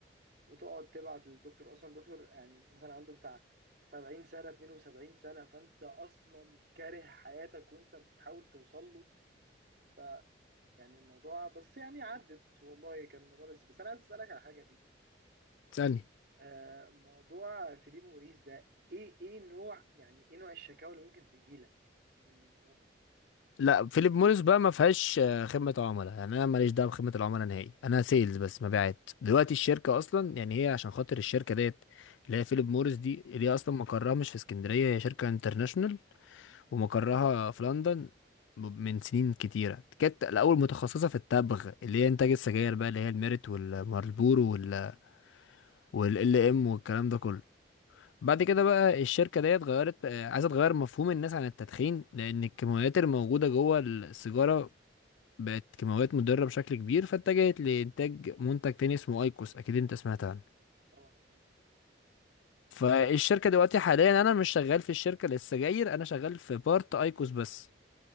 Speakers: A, on the right; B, on the left.
A: وتقعد تبعت للدكتور أصلا الدكتور يعني مثلا عنده بتاع 70 سنة 72 سنة فأنت أصلا كاره حياتك وأنت بتحاول توصل له ف يعني الموضوع بس يعني عدت والله كان الموضوع لذيذ بس أنا عايز أسألك على حاجة يا بيتر
B: تسألني
A: آه، موضوع فيليب موريس ده ايه ايه نوع يعني ايه نوع الشكاوى اللي ممكن تجيلك من الموضوع ده
B: لا فيليب موريس بقى ما فيهاش آه، خدمة عملاء يعني انا ماليش دعوة بخدمة العملاء نهائي انا سيلز بس مبيعات دلوقتي الشركة اصلا يعني هي عشان خاطر الشركة ديت اللي هي فيليب موريس دي اللي هي اصلا مقرها مش في اسكندرية هي شركة انترناشونال
A: مم.
B: ومقرها في لندن م- من سنين كتيرة كانت الأول متخصصة في التبغ اللي هي إنتاج السجاير بقى اللي هي الميريت والمارلبورو وال والال ام والكلام ده كله بعد
A: اه
B: كده بقى الشركة ديت غيرت آه، عايزة تغير مفهوم الناس عن التدخين لأن الكيماويات الموجودة جوه السيجارة بقت كيماويات مضرة بشكل كبير فاتجهت لإنتاج منتج تاني اسمه أيكوس أكيد أنت سمعت عنه
A: طبعا سمعت
B: فالشركة دلوقتي حاليا أنا مش شغال في الشركة للسجاير أنا شغال في بارت أيكوس بس